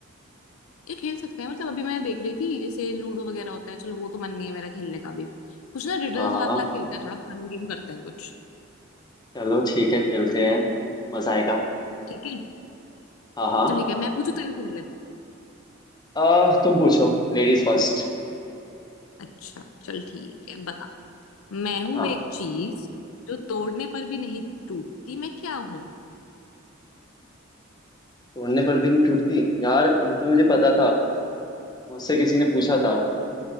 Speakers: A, on the left (about 85°); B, on the left (about 20°).
A: ये खेल सकते हैं मतलब अभी मैं देख रही थी जैसे लूडो वगैरह होता है चलो वो तो मन नहीं है मेरा खेलने का भी कुछ ना रिडल्स
B: हाँ हाँ
A: वाला खेलते हैं थोड़ा फन गेम करते हैं कुछ
B: चलो ठीक है खेलते हैं मजा आएगा
A: ठीक है
B: हाँ हाँ
A: चल ठीक है मैं पूछू तेरे से पहले
B: अह, तुम पूछो Ladies first
A: अच्छा चल ठीक है बता मैं हूँ
B: हाँ
A: एक चीज जो तोड़ने पर भी नहीं टूटती मैं क्या हूँ
B: तोड़ने पर भी नहीं टूटती यार ये तो मुझे पता था मुझसे किसी ने पूछा था